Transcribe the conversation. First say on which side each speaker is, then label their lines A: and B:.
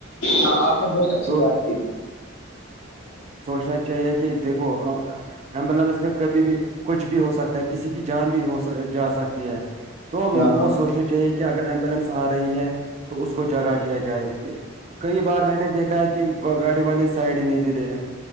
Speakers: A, on the left; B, on the right.
A: ہاں آپ نے بہت اچھی
B: تو
A: بات کی
B: نا چاہیے کہ دیکھو ایمبولینس میں کبھی بھی کچھ بھی ہو سکتا ہے کسی کی جان بھی ہو جا سکتی ہے تو لوگوں
A: ہاں
B: کو
A: ہاں
B: سوچنا چاہیے کہ اگر ایمبولینس آ رہی ہے تو اس کو جگا دیا جائے کئی بار میں نے دیکھا ہے کہ گاڑی والے سائڈ ہی نہیں دیتے ہیں